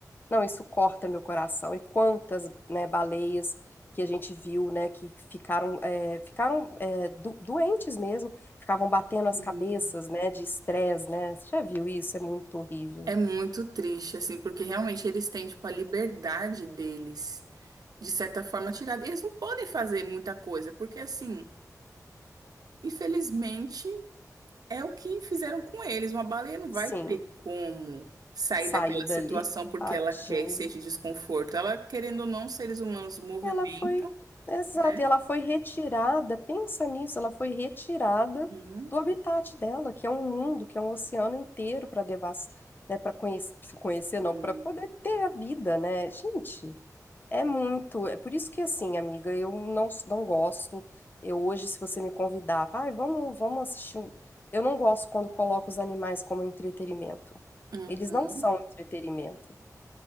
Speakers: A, on the left (about 30°); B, on the right (about 75°).
A: Não, isso corta meu coração. E quantas, né, baleias que a gente viu, né, que ficaram, é, ficaram é, do- doentes mesmo, ficavam batendo as
B: Sim.
A: cabeças, né, de estresse, né? Você já viu isso? É muito horrível.
B: É muito triste, assim, porque realmente eles têm, tipo, a liberdade deles, de certa forma, tirada. Eles não podem fazer muita coisa, porque, assim, infelizmente, é o que fizeram com eles. Uma baleia não
A: Sim.
B: vai ter como sair
A: sair
B: daquela situação
A: dali.
B: porque
A: Tadinho.
B: ela quer e sente desconforto. Ela, querendo ou não, os seres humanos movimentam,
A: Ela foi, exato,
B: né?
A: e ela foi retirada, pensa nisso, ela foi retirada
B: Uhum.
A: do habitat dela, que é um mundo, que é um oceano inteiro para devas, né, para conhecer, conhecer
B: Sim.
A: não, para poder ter a vida, né? Gente, é muito, é por isso que assim, amiga, eu não não gosto. Eu hoje, se você me convidar, vai, vamos, vamos assistir um... Eu não gosto quando coloco os animais como entretenimento.
B: Uhum.
A: Eles não são entretenimento.